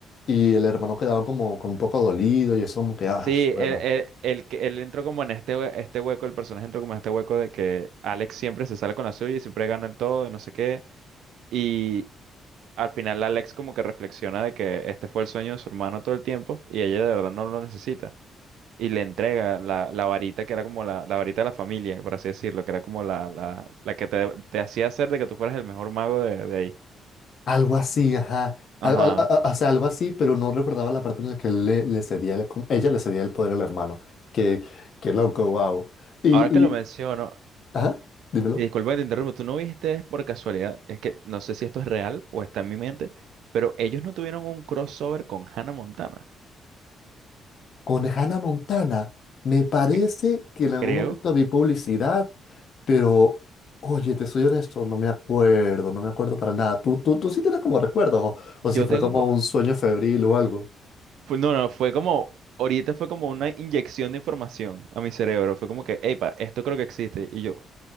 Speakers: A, on the left; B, on the right.
A: y el hermano quedaba como, como un poco dolido y eso como que, ah,
B: sí,
A: bueno.
B: él, él, él que- él entró como en este, hue- este hueco, el personaje entró como en este hueco de que Alex siempre se sale con la suya y siempre gana en todo y no sé qué. Y al final Alex como que reflexiona de que este fue el sueño de su hermano todo el tiempo y ella de verdad no lo necesita. y le entrega la, la varita que era como la, la varita de la familia, por así decirlo, que era como la, la, la que te, te hacía hacer de que tú fueras el mejor mago de, de ahí.
A: Algo así, ajá.
B: Ajá.
A: Al- al- a-
B: A-
A: a- o sea, algo así, pero no recordaba la parte en la que él le, le cedía la com- ella le cedía el poder al hermano. Qué, qué loco, wow. Y,
B: Ahora que lo
A: y,
B: menciono,
A: ajá, dímelo.
B: y disculpa que te interrumpo, tú no viste por casualidad, es que no sé si esto es real o está en mi mente, pero ellos no tuvieron un crossover con Hannah Montana,
A: Con Hannah Montana, me parece
B: que-
A: que en algún
B: creo.
A: momento vi publicidad, pero, oye, te soy honesto, no me acuerdo, no me acuerdo para nada. ¿Tú, tú, tú sí tienes como recuerdos o, o
B: Yo
A: si fue
B: tengo...
A: como
B: co-
A: un sueño febril o algo?
B: fue- no, no, fue como... Ahorita fue como una inyección de información a mi cerebro. Fue como que, epa, esto creo que existe. Y yo,